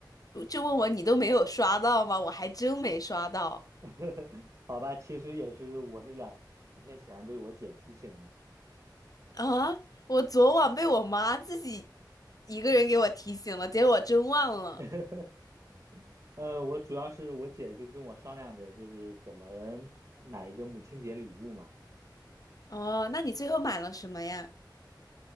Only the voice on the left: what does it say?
就问我你都没有刷到吗？我还真没刷到
啊，我昨晚被我妈自己一个人给我提醒了，结果我真忘了。
哦，那你最后买了什么呀？